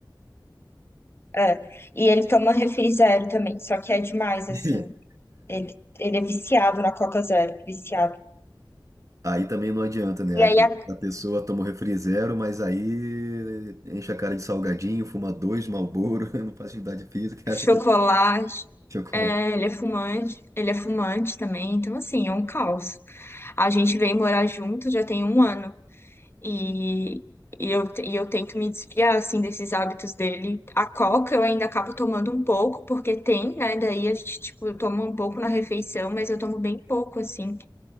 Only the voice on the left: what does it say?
É. E ele toma refri zero também, só que é demais,
assim. Ele, ele é viciado na Coca Zero, viciado.
E
aí,
a...
chocolate.
É, ele é fumante, ele é fumante também, então assim, é um caos. A gente veio morar junto já tem um ano. E, e, eu, e eu tento me desfiar, assim, desses hábitos dele. A coca eu ainda acabo tomando um pouco, porque tem, né? Daí a gente, tipo, eu tomo um pouco na refeição, mas eu tomo bem pouco, assim.